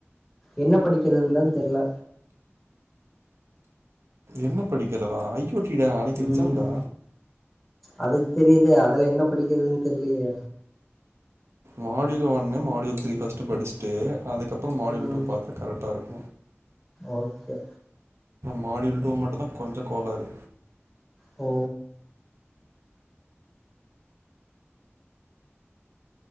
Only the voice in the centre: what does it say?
என்ன படிக்கிறதுன்தா தெர்ல
ம்
அதுக்கு தெரியுது அதுல என்ன படிக்கிறதுன் தெர்லயே
ம்
ஓகே
ஓ